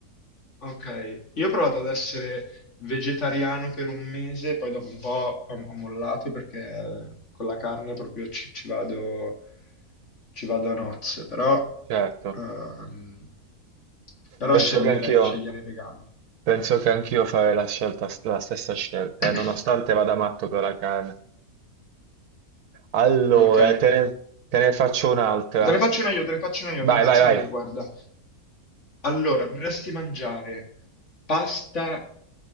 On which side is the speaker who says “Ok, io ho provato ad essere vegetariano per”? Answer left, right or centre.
Left